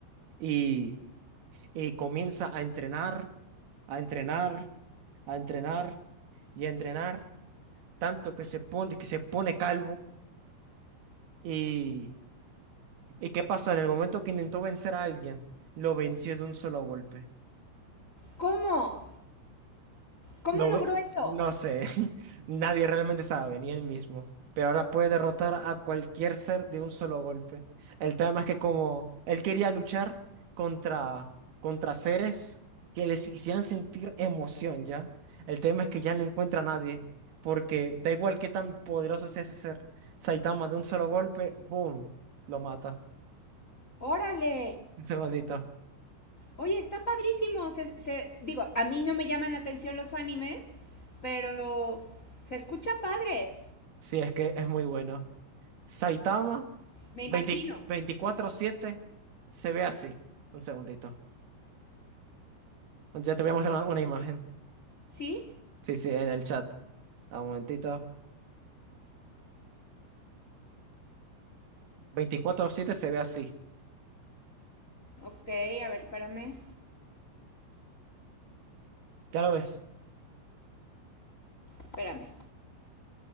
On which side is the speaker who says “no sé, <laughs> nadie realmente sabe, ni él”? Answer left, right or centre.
Right